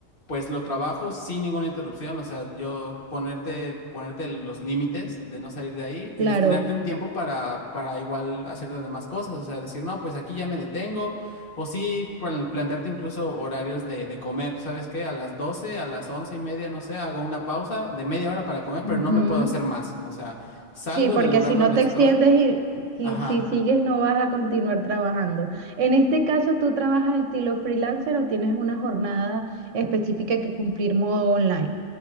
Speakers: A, on the left; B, on the right.
A: Pues lo trabajo sin ninguna interrupción, o sea, yo ponerte, ponerte los límites de no salir de ahí y
B: Claro.
A: destinarte un tiempo para, para igual hacer las demás cosas, o sea, decir, no, pues aquí ya me detengo, o sí, plan- plantearte incluso horarios de, de comer, ¿sabes qué? A las 12, a las once y media, no sé, hago una pausa de media hora para comer, pero
B: Ujú.
A: no me puedo hacer más, o sea, salgo
B: Sí, porque
A: del lugar
B: si
A: donde
B: no te
A: estoy,
B: extiendes y si,
A: ajá,
B: si sigues no vas a continuar trabajando. En este caso, ¿tú trabajas estilo freelancer o tienes una jornada específica que cumplir modo online?